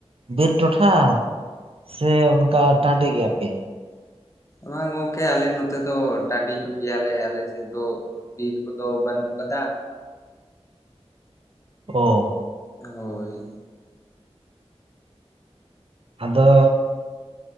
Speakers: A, on the right; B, on the left.
A: ᱵᱤᱨ ᱴᱚᱴᱷᱟ? ᱥᱮ ᱚᱱᱠᱟ ᱴᱟᱺᱰᱤ ᱜᱮᱭᱟᱯᱮ
B: ᱵᱟᱝ ᱜᱚᱝᱠᱮ ᱟᱞᱮ ᱱᱚᱛᱮ ᱫᱚ ᱴᱟᱺᱰᱤ ᱧᱚᱜ ᱜᱮᱭᱟᱞᱮ ᱟᱞᱮ ᱥᱮᱫ ᱫᱚ ᱵᱤᱨ ᱠᱚᱫᱚ ᱵᱟᱹᱱᱩᱜ ᱟᱠᱟᱫᱟ
A: ᱚ
B: ᱦᱳᱭ
A: ᱟᱫᱚ